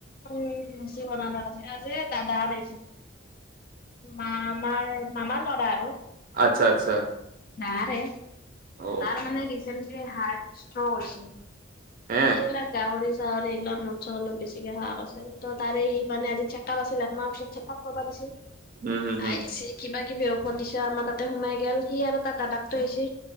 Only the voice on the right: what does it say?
আচ্ছা আচ্ছা।
অ
হে
উম হম হম